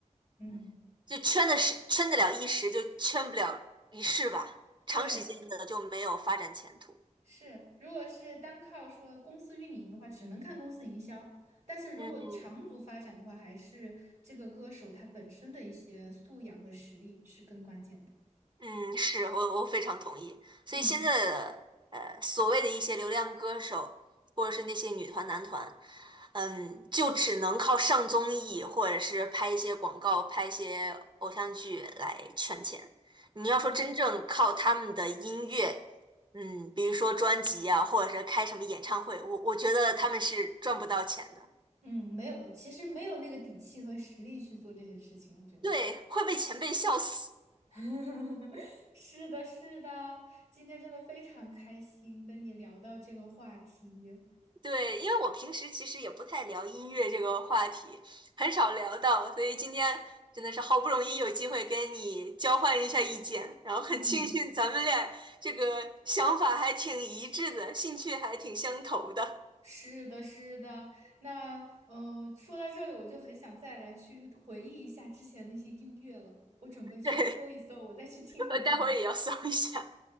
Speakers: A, on the right (about 65°); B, on the right (about 35°).
A: 嗯，
B: 就圈的是圈得了一时，就圈不了一世吧，长时间的就没有发展前途。
A: 对，是，如果是单靠说公司运营的话，只能看公司营销。但是如果长足发展的话，
B: 嗯。
A: 还是这个歌手他本身的一些素养和实力是更关键的。
B: 嗯，是我我非常同意。所以现在的呃所谓的一些流量歌手，
A: 嗯，
B: 或者是那些女团男团，嗯，就只能靠上综艺或者是拍一些广告、拍一些偶像剧来圈钱。你要说真正靠他们的音乐，
A: 对，
B: 嗯，比如说专辑啊，或者是开什么演唱会，我我觉得他们是赚不到钱的，
A: 嗯，没有，其实没有那个底气和实力去做这件事情，我觉得。
B: 对，会被前辈笑死。
A: <laughs> 是的，是的，今天真的非常开心跟你聊到这个话题。
B: 对，因为我平时其实也不太聊音乐这个话题，很少聊到，所以今天真的是好不容易有机会跟你交换一下意见，然后很庆幸咱们俩这个想法还挺一致的，
A: 嗯。
B: 兴趣还挺相投的。
A: 是的，是的。那嗯，呃说到这里，我就很想再来去回忆一下之前那些音乐了。我准备去搜一搜，
B: <laughs> 对，
A: 我再去听一听。
B: 我待会儿也要 <laughs> 搜一下。